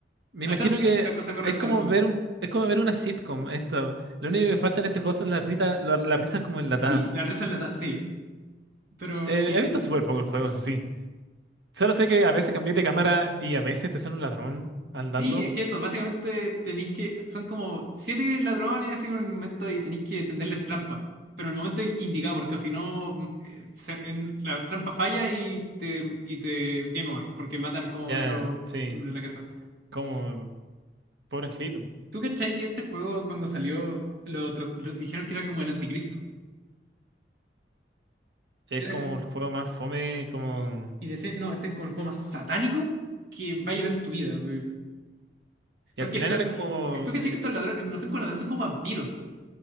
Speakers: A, on the right; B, on the right.
A: me
B: hacer
A: imagino que
B: la cosa correcta
A: es como
B: en el momento.
A: ver un, es como ver una sitcom. Esto. Lo único que falta en este juego son las rita- la- las risas como enlatadas.
B: Sí, la risa enlatada, sí. Pero
A: Eh,
B: que,
A: he visto súper pocos juegos así. Solo sé que a veces cambié de cámara y a veces te sale un ladrón andando.
B: Sí, es que eso, básicamente tenéis que. Son como siete ladrones así en el momento y tenéis que tenderles trampa. Pero en el momento in- indicado, porque si no, mm, eh, se- en- la trampa falla y te, y te. Game over, porque matan como a
A: Ya,
B: uno de los
A: sí.
B: miembros de la casa.
A: Como, pobre angelito.
B: ¿Tú cachai que este juego cuando salió lo, tra- lo- dijeron que era como el anticristo? Era
A: Es como
B: como.
A: el juego más fome, como...
B: Y decían, no, este es como el juego más satánico que vaya a ver en tu vida. así.
A: Y
B: Porque
A: al final
B: so-
A: era como...
B: tú cachai
A: eh,
B: que estos ladrones no son como ladrones, son como vampiros.